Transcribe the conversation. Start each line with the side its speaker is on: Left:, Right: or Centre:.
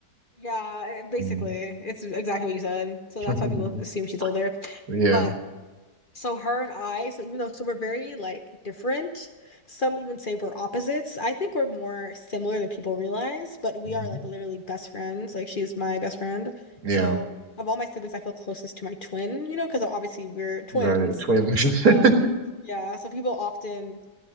Left: Yeah, basically,
Right: Mm.
Left: it's exactly what you said. So
Right: <laughs>
Left: that's why people assume she's older.
Right: Yeah.
Left: But So her and I, so even though so we're very like different, some even say we're opposites. I think we're more similar than people realize, but we
Right: hmm
Left: are like literally best friends. Like she's my best friend.
Right: Yeah.
Left: So of all my siblings, I feel closest to my twin, you know, because obviously we're twins.
Right: Right. Twin. <laughs>
Left: Um, yeah, so people often